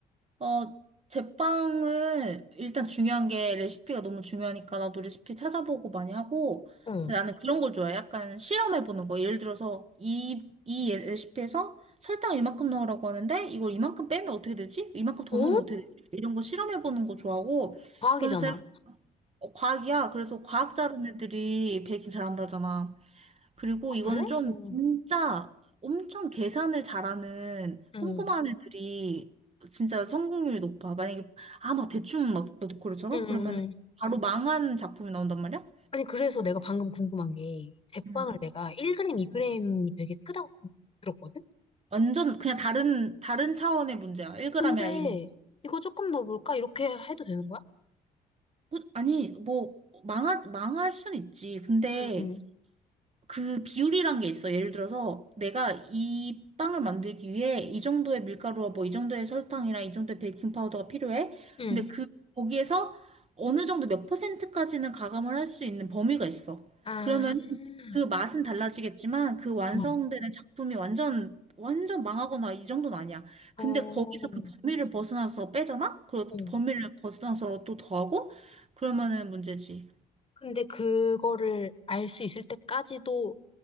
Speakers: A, on the right; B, on the left.
A: 어, 제빵은 일단 중요한 게 레시피가 너무 중요하니까 나도 레시피 찾아보고 많이 하고,
B: 응.
A: 근데 나는 그런 걸 좋아해. 약간 실험해보는 거. 예를 들어서 이, 이 예- 레시피에서 설탕을 이만큼 넣으라고 하는데 이걸 이만큼 빼면 어떻게 되지? 이만큼 더
B: 어?
A: 넣으면 어떻게 되지? 이런 거 실험해보는 거 좋아하고,
B: 과학이잖아.
A: 그러면서 어, 과학이야. 그래서 과학 잘하는 애들이 베이킹 잘한다잖아. 그리고
B: 아,
A: 이거는
B: 그래?
A: 좀
B: 응.
A: 진짜 엄청 계산을 잘하는
B: 응.
A: 꼼꼼한 애들이 진짜 성공률이 높아. 만약에 아 막 대충 막 넣고 그러잖아?
B: 응,
A: 그러면
B: 응, 응.
A: 바로 망한 작품이 나온단 말이야?
B: 아니, 그래서 내가 방금 궁금한 게, 제빵을
A: 음.
B: 내가 1g, 2g이 되게 크다고 들었거든?
A: 완전 그냥 다른 다른 차원의 문제야. 1g이라
B: 근데,
A: 이거.
B: 이거 조금 어 볼까? 이렇게 해도 되는 거야?
A: 어, 아니 뭐 망하, 망할 순 있지. 근데
B: 응, 응.
A: 그 비율이란 게 있어. 예를 들어서 내가 이 빵을 만들기 위해 이 정도의 밀가루와 뭐 이 정도의 설탕이랑 이 정도의 베이킹 파우더가 필요해.
B: 응.
A: 근데 그 거기에서 어느 정도 몇 퍼센트까지는 가감을 할 수 있는 범위가 있어.
B: 아,
A: 그러면 그 맛은 달라지겠지만 그 완성되는
B: 응.
A: 작품이 완전 완전 망하거나 이 정도는 아니야. 근데
B: 어, 어.
A: 거기서 그 범위를 벗어나서 빼잖아? 그리고
B: 응.
A: 또 범위를 벗어나서 또 더하고 그러면은 문제지.
B: 근데 그거를 알 수 있을 때까지도